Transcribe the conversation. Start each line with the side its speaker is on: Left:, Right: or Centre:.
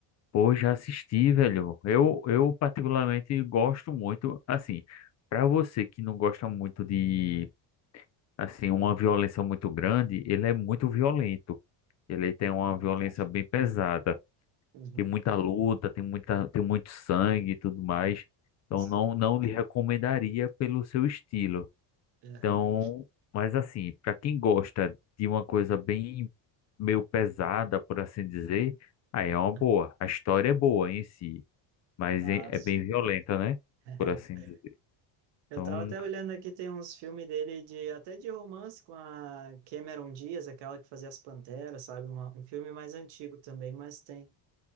Left: Pô, já assisti, velho. Eu, eu particularmente gosto muito, assim, pra você que não gosta muito de, assim, uma violência muito grande, ele é muito violento. Ele tem
Right: Ah,
Left: uma violência
Right: tá.
Left: bem pesada.
Right: Uhum.
Left: Tem muita luta, tem muita, tem muito sangue e tudo mais. Então
Right: Sim.
Left: não, não lhe recomendaria pelo seu estilo.
Right: Aham.
Left: Então, mas assim, para quem gosta de uma coisa bem meio pesada, por assim dizer, aí é uma boa.
Right: Aham.
Left: A história é boa em si, mas
Right: Ah,
Left: é é
Right: sim.
Left: bem violenta, né?
Right: <laughs>
Left: Por assim dizer.
Right: Eu
Left: Então,
Right: tava até olhando aqui, tem uns filmes dele de até de romance com a Cameron Diaz, aquela que fazia As Panteras, sabe? Uma- um filme mais antigo também, mas tem.